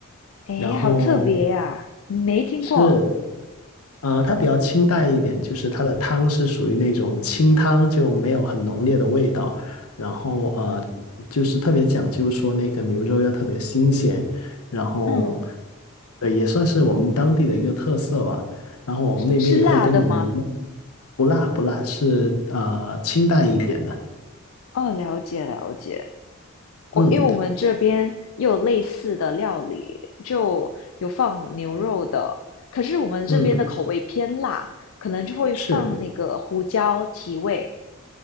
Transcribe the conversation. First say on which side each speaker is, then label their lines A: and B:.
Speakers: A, on the left; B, on the left.
A: 诶，
B: 然后
A: 好特别呀，没听过。
B: 是，呃，它比较清淡一点，就是它的汤是属于那种清汤，就没有很浓烈的味道。然后呃，就是特别讲究说那个牛肉要特别新鲜，然后
A: 嗯，
B: 呃也算是我们当地的一个特色吧。然后我们那边也会跟你们一样，
A: 是辣的吗？
B: 不辣不辣，是呃清淡一点的。
A: 哦，了解了解。我因为我们这边也有类似的料理，
B: 嗯
A: 就有放牛肉的，可是我们这边的口味偏辣，
B: 嗯，
A: 可能就会放那个胡椒提味。
B: 是。